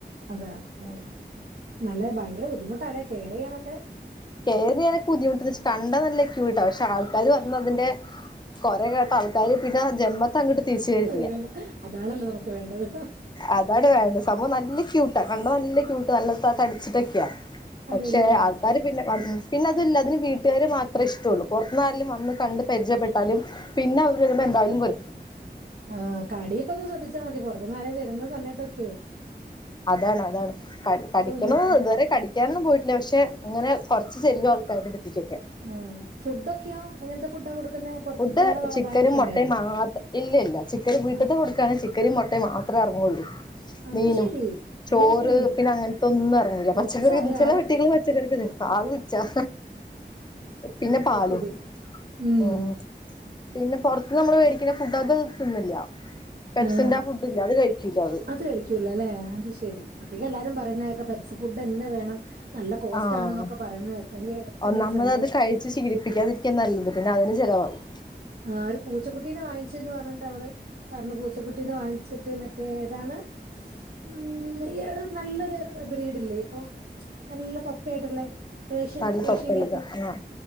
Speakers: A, on the right; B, on the left.
A: അതെയൊ ഓഹ് നല്ലഭയങ്കര ബുദ്ധിമുട്ടല്ലേ കെയറ്ചെയ്യാനൊക്കെ?
B: കേയറിങ് ചെയ്യാനൊക്കെ ബുദ്ധിമുട്ട കണ്ടാ നല്ല ക്യൂട്ടാ പക്ഷെ ആൾക്കാരും പറയുന്നു അതിന്റെ കുറേകേട്ടാ ആൾക്കാര് പിന്ന ജന്മ അങ്ങോട്ട് തിരിച്ചു തരില്ല
A: വരൂല അതാണല്ലോ നമുക്ക് വേണ്ടത്
B: അതാണ് വേണ്ടത് സംഭവം നല്ല ക്യൂട്ടാണ് കണ്ടനല്ല ക്യുട്ടാ നല്ല ത തടിച്ചിട്ടക്കെയാ പക്ഷെ
A: അതെല്ലേ
B: ആൾക്കാര് പിന്നെ പിന്നെ അതല്ല അതിന് വീട്ടുകാരാര് മാത്രമേ ഇഷ്ടള്ളൂ പുറത്ത്ന്ന ആരലും വന്ന് കണ്ട് പരിചയപ്പെട്ടാലും പിന്നെ അവർ വരുമ്പോ എന്തായാലും കൊര്ക്കും
A: ആ് കാടിയൊക്കെ ഒന്ന് ശ്രദ്ധിച്ചാ മതി പുറത്തു നേരം വരുന്ന സമയത്തൊക്കെയ
B: അതാണ് അതാണ് ക കടിക്കണ
A: സൂക്ഷിക്കണം
B: ഇതുവരെ കട കിക്കാനൊന്നും പോയിട്ടില്ല പക്ഷെ ഇങ്ങനെ കൊരച്ചു ചെല്ലോ ആൾക്കാരുടെ അടുത്തിക്കൊക്കെ
A: ആഹ് ഫുഡൊക്കെയോ എങ്ങനത്തെ ഫുഡാ കൊടുക്കുന്നെ പൊറ
B: ഫുഡ്
A: വേറെ വാ
B: ചിക്കനും
A: വാങ്ങിക്കണ്ടേ
B: മുട്ടയും മാത്രം ഇല്ല ഇല്ല ചിക്കനും വീട്ടത്തെ
A: ആഹ്
B: കൊടുക്കാണങ്ക ചിക്കരി മുട്ടയും മാത്രേ ഇറങ്ങുള്ളൂ
A: അത്
B: മീനും
A: ശരി
B: ചോറ്
A: ഉം
B: പിന്നെ അങ്ങനത്തെൊന്നും ഇറങ്ങൂല പച്ചക്കറി
A: റിച്ചാല്ലേ
B: ചില
A: ആള്
B: വെട്ടികള പച്ചക്കറി ആ പിന്നെ
A: അത്
B: പാലു
A: ശരി ഉം
B: ഉ പിന്നെ പുറത്ത് നമ്മള് മേടിക്കുന്ന ഫുഡ് അത് തിന്നില്ല പെറ്റ്സിന്റെ
A: ആഹ്
B: ഫുഡ് ഇല്ല അത് കഴിക്കൂല അത്
A: അത് കഴിക്കൂല അല്ലെ അത് ശെരി പട്ടിക്ക് എല്ലാരും പറയുന്നതൊക്കെ പെറ്റ്സ് ഫുഡ് അന്നെ വേണം നല്ല കോസ്റ്റ്
B: ആഹ
A: ആണെന്നൊക്കെ പറയുന്ന കേക്കാം. എന്റെ ഈ അടുത്ത്
B: ഒന്നാമത്
A: എന്റെ ഒരു ഫ്രണ്ട്
B: അത് കഴിപിച്ച് ശീലിപ്പിക്കാതിരിക്കേ നല്ലത് പിന്നെ അതിന് ചെലവാവും
A: ആ ഒരു പൂച്ചക്കുട്ടീനെ വാങ്ങിച്ചന്ന് പറഞ്ഞിട്ട് അവള് പറഞ്ഞു പൂച്ചക്കുട്ടീനെ വാങ്ങിച്ചിട്ട് മ തേതാണ് ഉം ഇയാ നല്ലൊരു ബ്രീഡില്ലേ ഇപ്പൊ നല്ല തൊ കേട്ട്ളേപേഷ്യൻ
B: നല്ല
A: പേഷ്യൻ
B: തൊപ്പുള്ളത്
A: ക്യാറ്റ്
B: ആഹ്